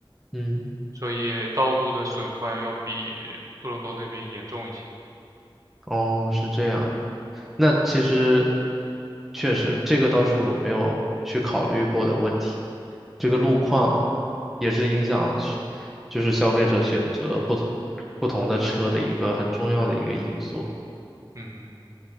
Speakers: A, in the centre; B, on the right.
A: 嗯，
B: 所以道路的损坏要比多伦多那边严重一些。
A: 哦，是这样。那其实确实，这个倒是我没有去考虑过的问题。这个路况也是影响是就是消费者选择不同不同的车的一个很重要的一个因素。
B: 嗯，